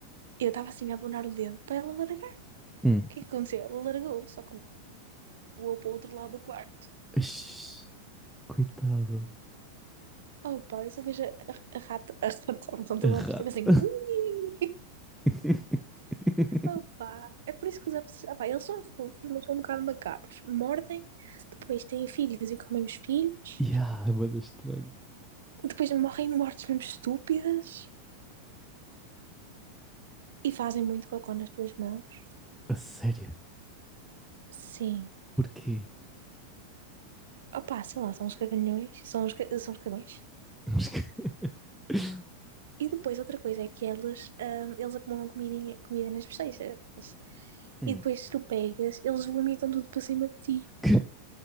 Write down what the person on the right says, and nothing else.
Eu estava assim a abonar o dedo para ela largar.
O que é que aconteceu? Ela largou, só que voou para o outro lado do quarto.
Oh pá, eu só vejo a, a rata, a rata, <laughs> portanto,
a
fazer assim. "Ui".
Oh pá, é por isso que os hamsters, ah pá, eles são fofos, mas são um bocado macabros. Mordem, depois têm filhos e comem os filhos,
depois morrem mortes mesmo estúpidas e fazem muito cocô nas tuas mãos.
Sim.
Oh pá, sei lá, são os cagalhões, são os, são os cagões.
E depois outra coisa é que elas, ah, eles acumulam comidinha, comida nas bochechas.
E depois, se tu pegas, eles vomitam tudo para cima de ti.